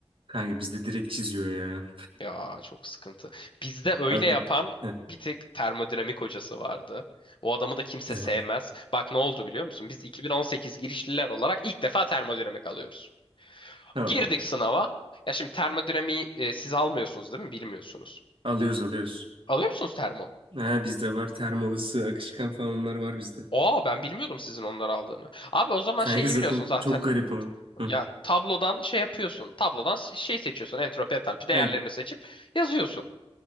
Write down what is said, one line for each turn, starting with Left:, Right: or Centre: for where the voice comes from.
Right: Kanka bizde direkt çiziyor ya.
Left: Ya çok sıkıntı. Bizde öyle
Right: Abi
Left: yapan
Right: heh,
Left: bir tek termodinamik hocası vardı. O adamı da kimse
Right: heh,
Left: sevmez. Bak ne oldu biliyor musun? Biz 2018 girişliler olarak ilk defa termodinamik alıyoruz.
Right: tamam.
Left: Girdik sınava. Ya şimdi termodinamiği e, siz almıyorsunuz değil mi? Bilmiyorsunuz.
Right: Alıyoruz alıyoruz.
Left: Alıyor musunuz termo?
Right: Ha, bizde var termo ısı, akışkan falan onlar var bizde.
Left: Aa ben bilmiyordum sizin onları aldığını. Abi o zaman
Right: Kanka
Left: şeyi
Right: zaten
Left: biliyorsun zaten.
Right: çok garip ama. Hı.
Left: Ya tablodan şey yapıyorsun. Tablodan s- şey seçiyorsun. Entropi, entalpi değerlerini
Right: Evet.
Left: seçip yazıyorsun.